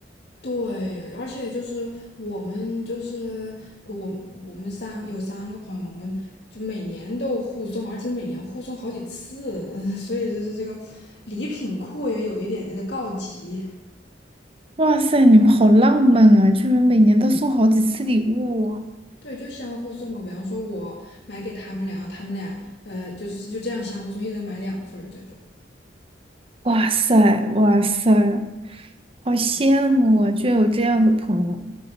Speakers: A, on the left; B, on the right.
A: 对，而且就是我们就是我我们三有三个朋友嘛，我们就每年都互送，而且每年互送好几次，<laughs> 所以就是这个礼品库也有一点点的告急。
B: 哇塞，你们好浪漫啊，居然每年都送好几次礼物啊！
A: 对，就相互送嘛，比方说我买给他们俩，他们俩呃就是就这样相互送，一人买两份儿这种。
B: 哇塞，哇塞，好羡慕啊，居然有这样的朋友。